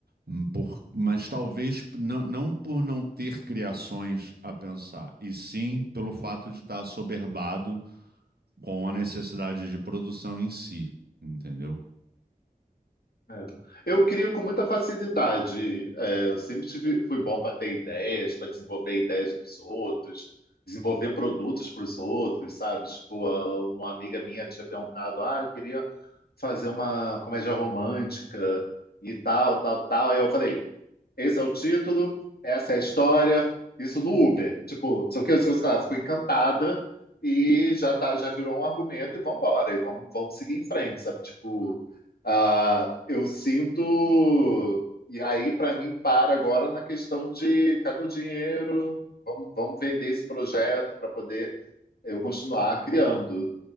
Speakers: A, on the right; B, on the left.
A: Hum, por- mas talvez p- não, não por não ter criações a pensar, e sim pelo fato de estar assoberbado com a necessidade de produção em si, entendeu?
B: é. Eu crio com muita facilidade. É, eu sempre tive, fui bom para ter ideias, para desenvolver ideias dos outros, desenvolver produtos para os outros, sabe? Tipo, ah, uma amiga minha tinha perguntado, ah, eu queria fazer uma comédia romântica e tal, tal, tal. Aí eu falei, esse é o título, essa é a história, isso no Uber. Tipo, não sei o que, não sei o que lá. Fico encantada e já, tá, já virou um argumento e vambora, e vamos, vamos seguir em frente, sabe? Tipo, ah, eu sinto... E aí, para mim, para agora na questão de cadê o dinheiro? Vamos, vamos vender esse projeto para poder eu continuar criando